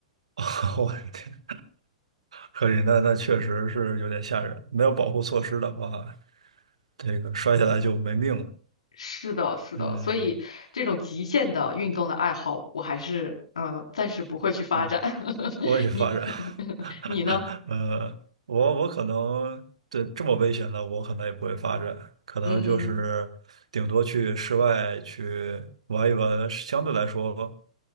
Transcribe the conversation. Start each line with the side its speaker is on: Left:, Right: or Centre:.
Right: <laughs> 我的天，可以，那那确实是有点吓人。没有保护措施的话，这个摔下来就没命了。
Left: 是的，是的，
Right: 嗯
Left: 所以这种极限的运动的爱好，我还是呃暂时不会去发展。
Right: 嗯
Left: <laughs>
Right: 多元发展，
Left: 你 <laughs>
Right: <laughs>
Left: 你呢？
Right: 呃，我我可能对这么危险的，我可能也不会发展，可能就是顶多去室外去玩一玩，
Left: 嗯嗯。
Right: 相对来说，